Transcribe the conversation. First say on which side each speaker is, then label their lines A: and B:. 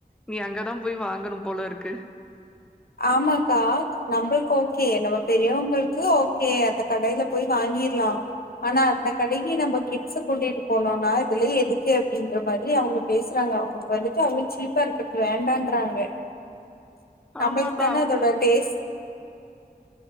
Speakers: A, in the centre; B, on the left (about 65°).
A: நீ அங்கதா போய் வாங்கனு போலருக்கு
B: ஆமாக்கா நம்ளுக்கு ஓகே நம்ப பெரியவங்களுக்கு ஓகே அந்த கடையில போய் வாங் கிர்லா ஆனா அந்த கடைக்கி நம்ப கிட்ஸ கூட்டிட்டு போனோனா இதுலா எதுக்கு அப்டின்ற மாரி அவங்க பேசுறாங்க அவுங்ளுக்கு வந்துட்டு அவுங்ளுக்கு சீப்பா இருக்கறது வேண்டான்றாங்க நம்ளுக்கு
A: ஆமாப்பா
B: தானே
A: அவங்களுக்கு
B: அதோட டேஸ்